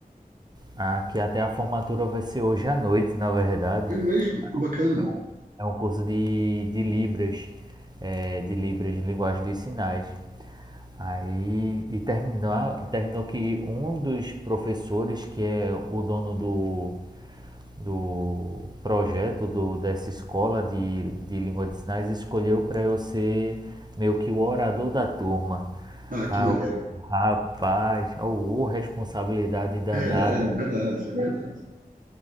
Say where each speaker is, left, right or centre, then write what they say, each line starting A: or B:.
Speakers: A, on the right; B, on the right.
A: ah, que até a formatura vai ser hoje à noite, na verdade.
B: É mesmo, que bacana.
A: Então, É um curso de, de Libras, é, de Libras, de Linguagem dos Sinais. Aí, e terminou, terminou que um dos professores, que é o dono do, do projeto do, dessa escola de, de língua de sinais, escolheu para eu ser meio que o orador da turma.
B: Ah,
A: Ah,
B: que maneiro.
A: o- rapaz, oh, responsabilidade danada.
B: É, é é verdade, é verdade.